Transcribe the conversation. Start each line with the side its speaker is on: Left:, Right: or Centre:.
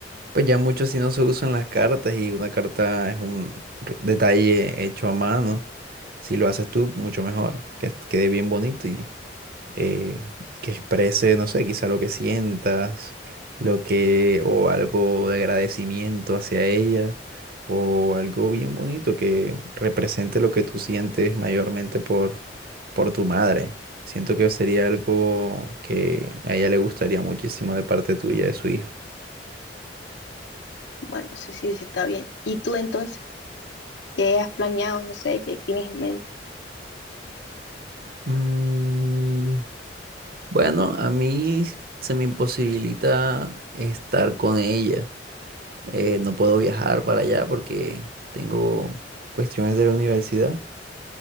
Right: pues ya mucho así no se usan las cartas y una carta es un r- detalle hecho a mano. Si lo haces tú, mucho mejor, que quede bien bonito y eh, que exprese, no sé, quizá lo que sientas, lo que, o algo de agradecimiento hacia ella, o algo bien bonito que represente lo que tú sientes mayormente por, por tu madre. Siento que sería algo que a ella le gustaría muchísimo de parte tuya, de su hija.
Left: Bueno, sí, sí, sí, está bien. ¿Y tú entonces? ¿Qué has planeado? No sé, ¿qué tienes en mente?
Right: Mm, bueno, a mí se me imposibilita estar con ella. eh, no puedo viajar para allá porque tengo cuestiones de la universidad